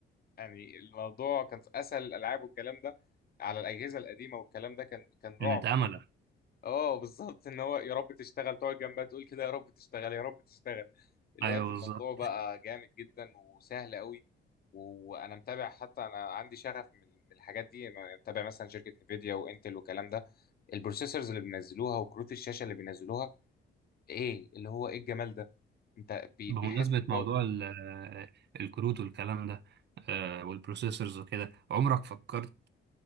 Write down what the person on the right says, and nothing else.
كانت
أملة
أيوه
بالظبط
بمناسبة
موضوع
ال- آه، الكروت والكلام ده آه، والبروسيسورز وكده عمرك فكرت